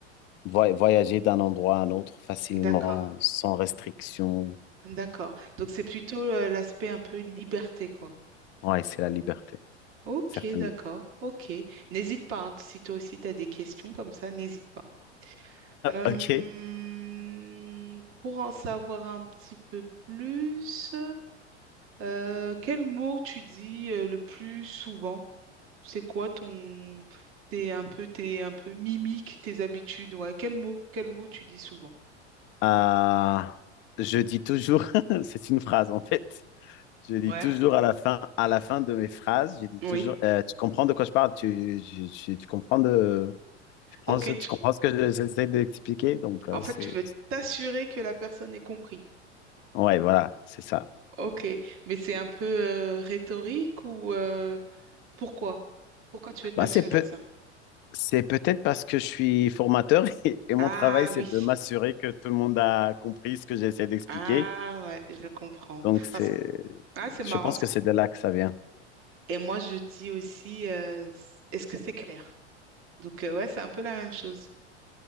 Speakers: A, on the left; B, on the right.
A: voy- voyager d'un endroit à un autre facilement,
B: d'accord.
A: sans restriction.
B: D'accord. Donc c'est plutôt euh, l'aspect un peu liberté, quoi.
A: Ouais, c'est la liberté,
B: Ok,
A: certainement.
B: d'accord. Ok. N'hésite pas, hein, si toi aussi tu as des questions comme ça, n'hésite pas. Euh,
A: Ok,
B: pour en savoir un petit peu plus, euh, quel mot tu dis euh, le plus souvent? C'est quoi ton t'es un peu t'es un peu mimique, tes habitudes, ouais. Quel mot, quel mot tu dis souvent?
A: Euh, je dis toujours, <laughs> c'est une phrase en fait. Je dis
B: Ouais.
A: toujours à la fin, à la fin de mes phrases, je dis
B: Oui.
A: toujours, euh, tu comprends de quoi je parle, tu, je- je- tu comprends de, tu prends
B: Ok,
A: ce- tu
B: tu-
A: comprends ce que je- j'essaie d'expliquer. Donc euh,
B: en fait,
A: c'est,
B: tu veux t'assurer que la personne ait compris.
A: ouais, voilà, c'est ça.
B: Ok, mais c'est un peu euh, rhétorique ou euh, pourquoi? Pourquoi tu veux t'assurer
A: Bah, c'est peut,
B: de ça?
A: c'est peut-être parce que je suis formateur <laughs> et, et mon
B: Ah
A: travail c'est
B: oui.
A: de m'assurer que tout le monde a compris ce que j'essaie d'expliquer.
B: Ah ouais, je comprends.
A: Donc c'est,
B: Parce que ah, c'est marrant.
A: je pense
B: ce-
A: que c'est de là que ça vient.
B: Et moi, je dis aussi, euh, s- est-ce que c'est clair? Donc euh, ouais, c'est un peu la même chose.